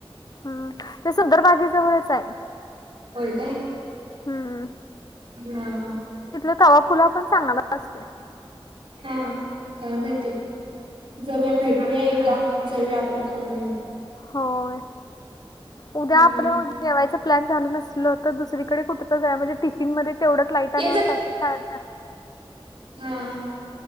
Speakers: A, on the left; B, on the right.
A: हम्म, ते सुंदर बागे जवळच आहे.
B: होय, काय?
A: हम्म.
B: हम्-हम.
A: तिथला तवा पुलाव पण चांगला असतोय.
B: हम्म, काय माहिती? जाऊया, भेटूया एकदा जाऊया आपण, खाऊ येऊ.
A: होय, उद्या
B: हम्म
A: आपलं जेवायच प्लॅन झालं नसलं तर दुसरीकडे कुठंतरी जाऊया. म्हणजे टिफिन मध्ये तेवढं लाईट अन
B: ये
A: आणि कायतरी खायचं.
B: हम्म.